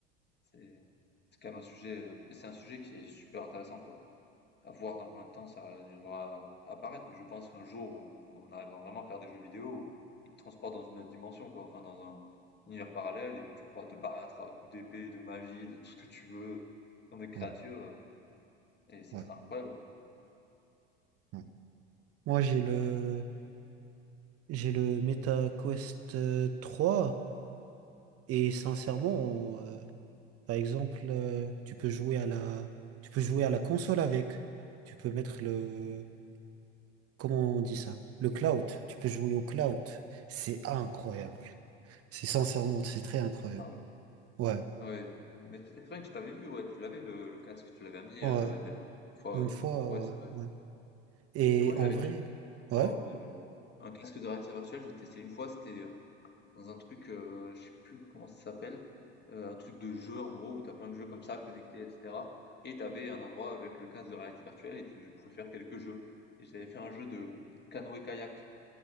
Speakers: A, on the left; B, on the right.
A: C'est, c'est quand même un sujet, euh, mais c'est un sujet qui est super intéressant, quoi. À voir dans combien de temps ça devra apparaître, mais je pense qu'un jour, on, on arrivera vraiment à faire des jeux vidéo où ils te transportent dans une autre dimension, quoi. Enfin, dans un univers parallèle et où tu pourras te battre à coups d'épée, de magie, de tout ce que tu veux, contre des créatures,
B: ouais,
A: euh, et ça
B: ouais,
A: sera incroyable.
B: ouais. Moi, j'ai le, j'ai le Meta Quest euh, 3 et sincèrement, euh, par exemple, euh, tu peux jouer à la, tu peux jouer à la console avec. Tu peux mettre le, comment on dit ça? Le cloud. Tu peux jouer au cloud.
A: Hmm.
B: C'est incroyable. C'est sincèrement, c'est très incroyable.
A: Ah ouais?
B: Ouais,
A: Ouais, mais c'est c'est vrai que je t'avais vu, ouais, tu l'avais le, le casque, tu l'avais amené
B: ouais.
A: euh, dernière fois
B: Une
A: et
B: fois,
A: tout. Ouais, c'est
B: ouais,
A: vrai.
B: ouais. Et
A: Mais moi, j'avais
B: en vrai,
A: testé une
B: ouais.
A: fois, ouais, le... un casque de réalité virtuelle, j'ai testé une fois, c'était euh, dans un truc, euh, je sais plus comment ça s'appelle, euh, un truc de jeu en gros, où t'as plein de jeux comme ça, connectés, etc. Et t'avais un endroit avec le casque de réalité virtuelle et tu pouvais faire quelques jeux. Et j'avais fait un jeu de canoë-kayak